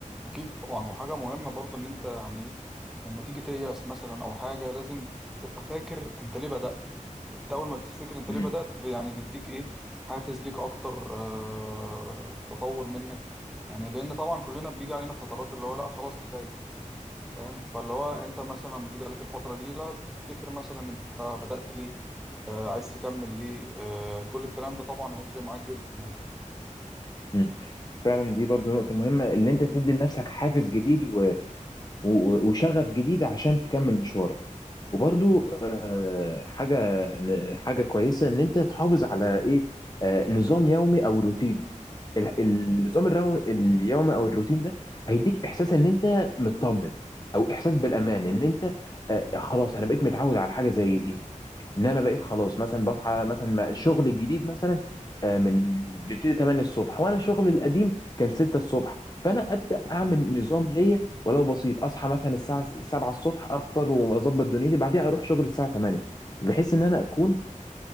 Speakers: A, in the centre; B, on the left.
A: اكيد طبعا وحاجه مهمه برضو ان انت يعني ايه لما تيجي تيأس مثلا او حاجه لازم تبقى فاكر انت ليه بدأت انت اول ما بتفتكر انت ليه
B: مم.
A: بدأت يعني بيديك ايه حافز ليك اكتر آه تطور منك يعني لان طبعا كلنا بيجي علينا فترات اللي هو لا خلاص كفايه فاهم فاللي هو انت مثلا لما تيجي عليك الفتره دي لا تفتكر مثلا انت بدأت ليه آه عايز تكمل ليه آه كل الكلام ده طبعا هيفرق معاك جدا يعني
B: مم. فعلا دي برضو نقطه مهمه ان انت تدي لنفسك حافز جديد و- و- وشغف جديد عشان تكمل مشوارك وبرضو آه، حاجة حاجة كويسة إن أنت تحافظ على إيه آه، نظام يومي أو روتين ال- النظام الرو- اليومي أو الروتين ده هيديك إحساس إن أنت مطمن أو إحساس بالأمان إن أنت آه، خلاص أنا بقيت متعود على حاجة زي دي ان انا بقيت خلاص مثلا بصحى مثلا ما- الشغل الجديد مثلا آه، من بيبتدي 8 الصبح وانا شغل القديم كان 6 الصبح فانا ابدا اعمل نظام ليا ولو بسيط اصحى مثلا الساعه 7 الصبح افطر واظبط دنيتي بعدها اروح شغل الساعه 8 بحيث ان انا اكون